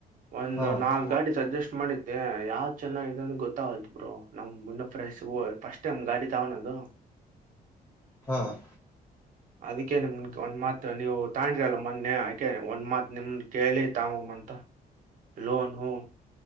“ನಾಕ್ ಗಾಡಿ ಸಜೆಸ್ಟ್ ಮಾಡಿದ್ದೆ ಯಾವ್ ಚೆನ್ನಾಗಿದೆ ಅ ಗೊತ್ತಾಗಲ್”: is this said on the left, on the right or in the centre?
Right